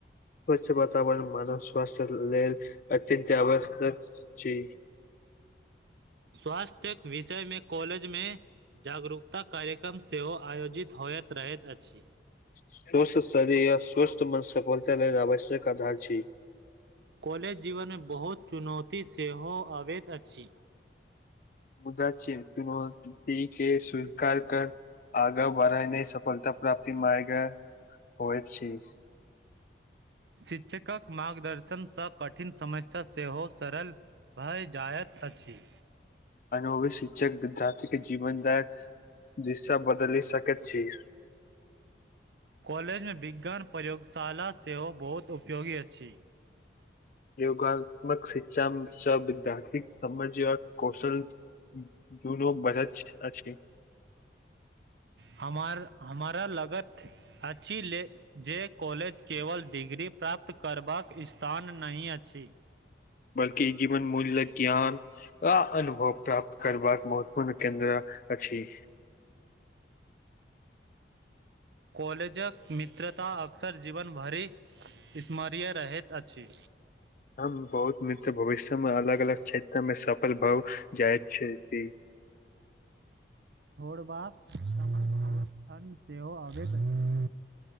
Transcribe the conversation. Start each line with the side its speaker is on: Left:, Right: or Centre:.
Left: स्वच्छ वातावरण मानव स्वास्थ्य लेल अत्यंत आवश्यक छी
Right: स्वास्थ्य विषयमे कॉलेजमे जागरूक ता कार्यक्रम सेहो आयोजित होयत रहैत अछि
Left: स्वस्थ शरीर आ स्वस्थ मन सफलता लेल आवश्यक आधार छी
Right: कॉलेज जीवनमे बहुत चुनौती सेहो अबैत अछि
Left: मुदा चीर चुनौती के स्वीकार कर आगाँ बढ़इ ने सफलता प्राप्ति मे आगाँ होइत छी
Right: शिक्षकक मार्गदर्शनसँ कठिन समस्या सेहो सरल भए जायत अछि।
Left: अनुभवी शिक्षक विद्यार्थी के जीवनदायक दिशा बदलि सकैत छी <inaudible>
Right: कॉलेजमे विज्ञान प्रयोगशाला सेहो बहुत उपयोगी अछि
Left: योगात्मक शिक्षा सँ विद्यार्थिक समझ आ कौशल दुनू बढ़त अछी
Right: हमार हमारा लागत अछी ले जे कॉलेज केवल डिग्री प्राप्त करबाक स्थान नहि अछि
Left: बल्कि जीवन मूल्यक ज्ञान आ अनुभव प्राप्त करबाक महत्वूर्ण केन्द्र अछि
Right: कॉलेजक मित्रता अक्सर जीवन भरि स्मरणीय रहैत अछि
Left: हम बहुत मित्र भविष्य मे अलग अलग क्षेत्र मे सफल भऽ जाइत छथि।
Right: छोड़बाक क्षण सेहो अबैत अछि।